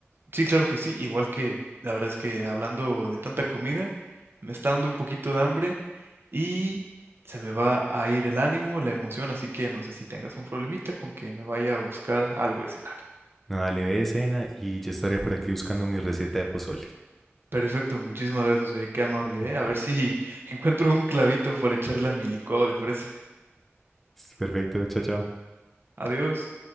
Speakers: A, on the right (about 55°); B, in the centre.
A: Sí, claro que sí, igual que la verdad es que hablando de tanta comida, me está dando un poquito de hambre y se me va a ir el ánimo, la emoción, así que no sé si tengas un problemita con que me vaya a buscar algo de cenar.
B: Nada, le ve de cena y yo estaré por aquí buscando mi receta de pozole.
A: Perfecto, muchísimas gracias, oye, qué amable,
B: <laughs>
A: ¿eh? A ver si <laughs> encuentro un clavito para echarle a mi licuado de fresa.
B: Perfecto, chao, chao.
A: Adiós.